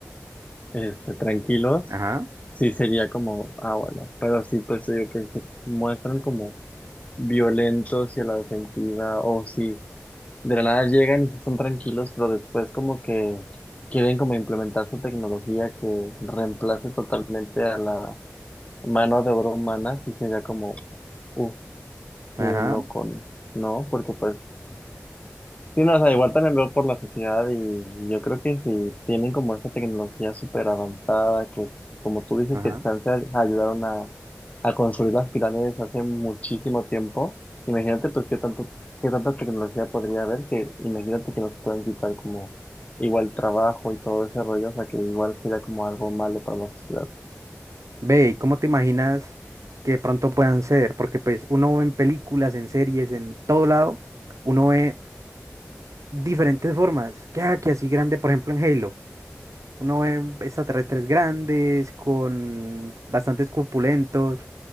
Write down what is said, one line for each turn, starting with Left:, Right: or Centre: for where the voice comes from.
Left: este, tranquilos
Right: Ajá,
Left: Sí, sería como, ah, bueno, pero sí, pues te digo que se muestran como violentos y a la defensiva, o si de la nada llegan y sí son tranquilos, pero después como que quieren como implementar su tecnología que reemplace totalmente a la mano de obra humana, sí sería como, uff, qué
Right: ajá,
Left: loco, ¿no? Porque pues Sí, no, o sea, igual también veo por la sociedad y yo creo que si tienen como esta tecnología súper avanzada, que como tú dices
Right: ajá.
Left: que chance ayudaron a, a construir las pirámides hace muchísimo tiempo, imagínate pues qué tanto, qué tanta tecnología podría haber, que imagínate que nos puedan quitar como igual trabajo y todo ese rollo, o sea que igual sería como algo malo para la sociedad.
Right: Ve, ¿y cómo te imaginas que de pronto puedan ser? Porque pues uno ve en películas, en series, en todo lado, uno ve diferentes formas. ¿Qué que así grande, por ejemplo, en Halo? Uno ve extraterrestres grandes, con bastantes corpulentos.